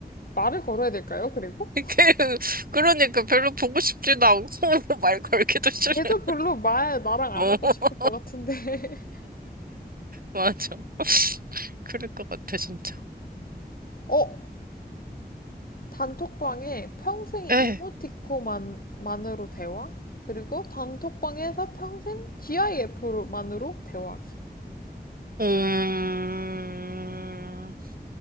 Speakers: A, on the left; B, on the right.
A: 말을 걸어야 될까요? 그리고?
B: 별로- 그- 그러니까 별로 보고 싶지도 않고 <laughs> 말 걸기도 싫은.
A: 걔도 별로 말 나랑 안
B: 어,
A: 하고
B: <laughs>
A: 싶을 것 같은데. <laughs>
B: 맞아. 그럴 것 같아, 진짜.
A: 어, 단톡방에 평생
B: 에,
A: 이모티콘만으로 대화? 그리고 단톡방에서 평생 GIF만으로 대화하기.
B: 음,